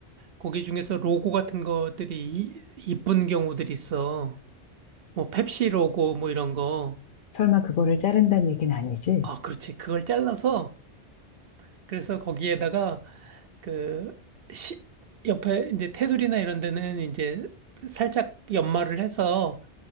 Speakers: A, on the right; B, on the left.
A: 거기 중에서 로고 같은 것들이 이, 이쁜 경우들이 있어. 뭐 펩시 로고 뭐 이런 거.
B: 설마 그거를 자른다는 얘기는 아니지?
A: 아, 그렇지. 그걸 잘라서 그래서 거기에다가 그 시, 옆에 이제 테두리나 이런 데는 이제 살짝 연마를 해서